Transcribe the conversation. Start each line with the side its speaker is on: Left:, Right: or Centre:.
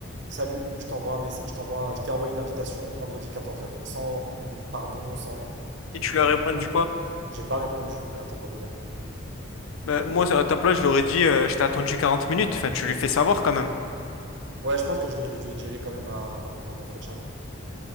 Right: Salut, je t'envoie un message, je t'envoie, je t'ai envoyé une invitation vendredi quatorze heures Sans hum, pardon, sans rien.
Left: Et tu
Right: Tu
Left: lui
Right: vois,
Left: as répondu quoi?
Right: j'ai pas répondu. Elle attendra demain.
Left: Bah, moi, à ta place, je lui aurais dit, euh, je t'ai attendu 40 minutes. Enfin, tu lui fais savoir quand même.
Right: Ouais, je pense que je vais lui, je lui dirai quand même à- en entretien.